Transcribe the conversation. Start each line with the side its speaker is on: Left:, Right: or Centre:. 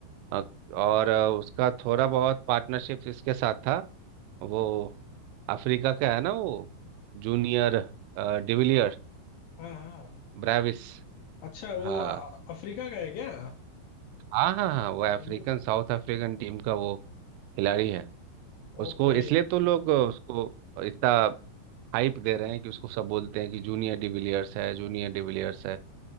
Right: अ, और अ, उसका थोड़ा बहुत पार्टनरशिप इसके साथ था वो अफ्रीका का है ना वो जूनियर अ, डिविलियर
Left: हाँ हाँ
Right: ब्रेविस
Left: अच्छा वो
Right: हाँ
Left: अ- अफ्रीका का है क्या
Right: हाँ हाँ हाँ वो अफ्रीकन
Left: मु-
Right: साउथ अफ्रीकन टीम का वो खिलाड़ी है उसको
Left: ओके
Right: इसलिए तो लोग उसको इतना हाइप दे रहे हैं कि उसको सब बोलते हैं कि जूनियर डिविलियर्स है जूनियर डिविलियर्स है